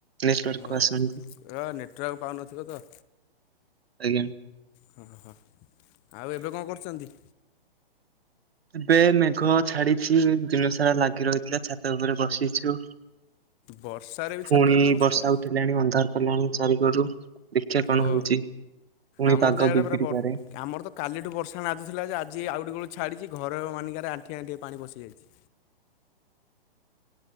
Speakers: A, on the right (about 80°); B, on the left (about 25°).
A: ନେଟୱାର୍କକୁ
B: ହଁ
A: ଆସନ୍ତୁ
B: ଏବା ନେଟୱାର୍କ ପାଉନଥିବ ତ।
A: ଆଜ୍ଞା।
B: ହଁ ହଁ ହଁ ଆଉ ଏବେ କଣ କରୁଛନ୍ତି?
A: ଏବେ ମେଘ ଛାଡିଛି ଦିନ ସାରା ଲାଗି ରହିଥିଲା ଛାତ ଉପରେ ବସିଛୁ।
B: ବର୍ଷାରେ ବି
A: ପୁଣି
B: ଛାତ ଉପରେ ବସିଛ?
A: ବର୍ଷା ଅନ୍ଧାର କଲାଣି ଚାରିକରୁ ଦେଖିଆ କଣ
B: ଓ
A: ହଉଛି ପୁଣି
B: ଆମର
A: ପାଗ
B: ତ ଇଆଡ଼େ
A: ବିଗିଡିପାରେ।
B: ପୁରା ବ ଆମର ତ କାଲିଠୁ ବର୍ଷା ନାଦୁଥିଲା ଯେ ଆଜି ଆଉଠିକ ବେଳୁ ଛାଡ଼ିଛି ଘର ମାନିକାରେ ଆଣ୍ଠି ଆଣ୍ଠିଏ ପାଣି ପଶିଯାଇଛି।